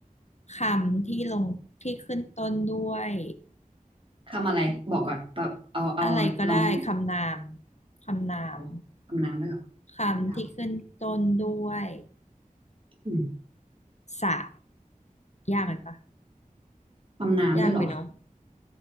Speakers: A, on the left (about 55°); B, on the right (about 40°).
A: คำที่ลงที่ขึ้นต้นด้วย
B: ทำอะไรบอกก่อนแบบเอาเอาลอง
A: อะไรก็ได้คำนามคำนาม
B: โหทำน้ำด้วยเหรอ
A: คำที่ขึ้นต้นด้วย
B: ดาวอะอืม
A: สระยากไหมปะ
B: ทำน้ำด้วยเหรอ
A: ยากไปเนอะ